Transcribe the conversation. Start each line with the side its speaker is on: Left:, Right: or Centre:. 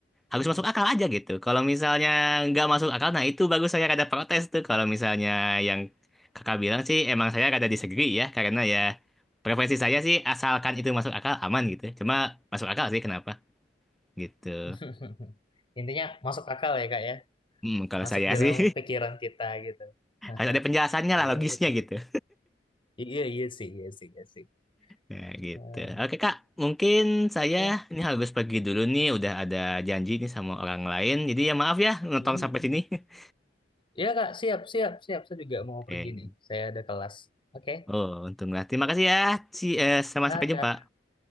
Centre: harus
Left: mhm.
Centre: masuk akal aja gitu. Kalau misalnya nggak masuk akal, nah itu bagus saya rada protes tuh. Kalau misalnya yang kakak bilang sih emang saya rada disagree ya karena ya preferensi saya sih asalkan itu masuk akal aman gitu. Cuma masuk akal sih kenapa gitu.
Left: <laughs> Intinya masuk akal ya kak ya,
Centre: Hmm, kalau
Left: masuk
Centre: saya
Left: dalam
Centre: sih
Left: pikiran kita gitu.
Centre: <laughs>
Left: Nah,
Centre: harus ada penjelasannya
Left: oh
Centre: lah
Left: iya
Centre: logisnya
Left: betul
Centre: gitu.
Left: betul. Iya iya sih iya sih iya sih.
Centre: Nah, gitu.
Left: Nah,
Centre: Oke Kak, mungkin saya
Left: ya,
Centre: ini harus pergi dulu nih, udah ada janji nih sama orang lain. Jadi ya maaf ya nonton
Left: Mhm, mhm.
Centre: sampai sini. <laughs>
Left: ya kak siap siap siap. Saya juga mau
Centre: Oke.
Left: pergi nih. Saya ada kelas. Oke,
Centre: Oh, untunglah. Terima kasih ya. Si, eh, sama
Left: Nah,
Centre: sampai
Left: kak.
Centre: jumpa.